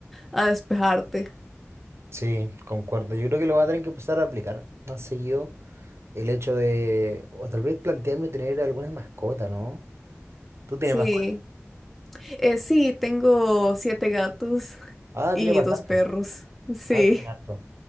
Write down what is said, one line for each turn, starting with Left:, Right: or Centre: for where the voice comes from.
Centre: a despejarte.
Right: sí, concuerdo. Yo creo que lo voy a tener que empezar a aplicar más seguido el hecho de, o tal vez plantearme tener alguna mascota, ¿no? ¿Tú tienes
Centre: Sí,
Right: mascota?
Centre: Eh, sí, tengo siete gatos
Right: Ah,
Centre: y
Right: tienes bastante.
Centre: dos perros. Sí,
Right: Ah, tienes harto.